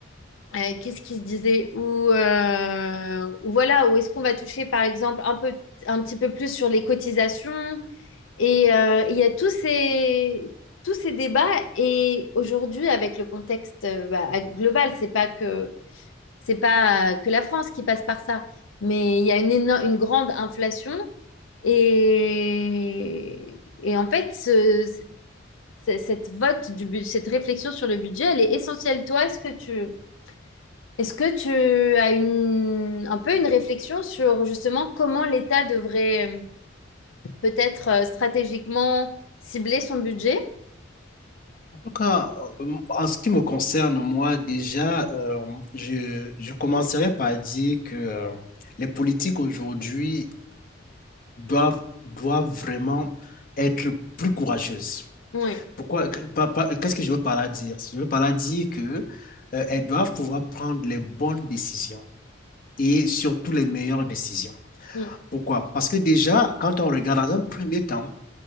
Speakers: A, on the left; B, on the left.
A: euh, qu'est-ce qui se disait ou, euh, ou voilà, ou est-ce qu'on va toucher, par exemple, un peu, un petit peu plus sur les cotisations et euh, il y a tous ces, tous ces débats. Et aujourd'hui, avec le contexte euh, bah, global, c'est pas que, c'est pas euh, que la France qui passe par ça, mais il y a une, éno- une grande inflation. Et, et en fait, ce, ce- cette vote du bu- cette réflexion sur le budget, elle est essentielle. Toi, est-ce que tu, est-ce que tu as une, un peu une réflexion sur justement comment l'État devrait euh, peut-être euh, stratégiquement cibler son budget?
B: tout cas, euh, en ce qui me concerne, moi, déjà, euh, je, je commencerai par dire que euh, les politiques aujourd'hui doivent, doivent vraiment être plus courageuses.
A: Ouais,
B: Pourquoi, que- par- par- qu'est-ce que je veux par là dire? Je veux par là dire que, euh, elles doivent pouvoir prendre les bonnes décisions et surtout les meilleures décisions.
A: mm,
B: Pourquoi? Parce que déjà, quand on regarde dans un premier temps,